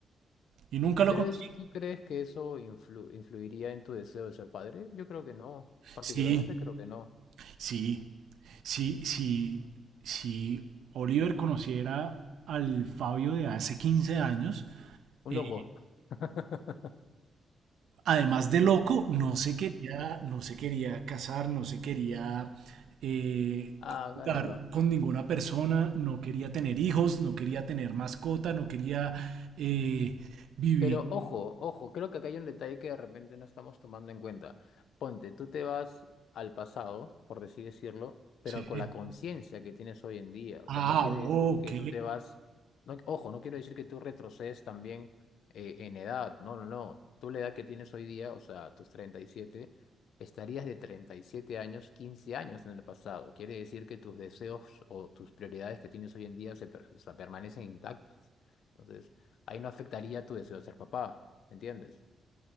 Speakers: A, on the right; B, on the left.
A: Y nunca lo
B: Pero
A: conocí.
B: eso, ¿tú crees que eso influ- influiría en tu deseo de ser padre? Yo creo que no, particularmente
A: Sí,
B: creo que no.
A: sí. Si, si, si Oliver conociera al Fabio de hace 15 años,
B: Un
A: eh,
B: loco. <laughs>
A: además de loco, no se quería, no se quería casar, no se quería eh,
B: Ah,
A: juntar
B: caramba.
A: con ninguna persona, no quería tener hijos, no quería tener mascota, no quería eh, vivir.
B: Pero ojo, ojo, creo que acá hay un detalle que de repente no estamos tomando en cuenta. Ponte, tú te vas al pasado, por así decirlo, pero
A: sí.
B: con la conciencia que tienes hoy en día. O
A: Ah,
B: sea, no quiere
A: ok.
B: decir que tú te vas, no, ojo, no quiero decir que tú retrocedes también eh, en edad. No, no, no. Tú la edad que tienes hoy día, o sea, tus 37, estarías de 37 años, 15 años en el pasado. Quiere decir que tus deseos o tus prioridades que tienes hoy en día se per- o sea, permanecen intactas. Entonces ahí no afectaría tu deseo de ser papá, ¿entiendes?